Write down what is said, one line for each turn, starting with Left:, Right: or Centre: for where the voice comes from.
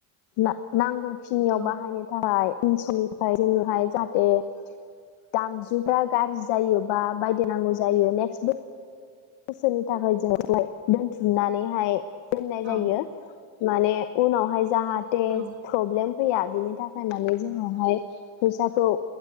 Left: ना-नांगौ खिनियाव
Right: औ
Left: बाहायनो थाखाय उन समनिफ्राय जोंनोहाय जाहाथे गामजुफ्रा गाज्रि जायोबा बायदे नांगौ जायो नेक्स्ट बो बोसोरनि थाखाय जों फैसाखौहाय दोनथुमनानैहाय दोननाय
Right: औ
Left: जायो माने उनावहाय जाहाथे
Right: औ
Left: प्रब्लेम जा फैया बिनि थाखाय माने जोंनावहाय फैसाखौ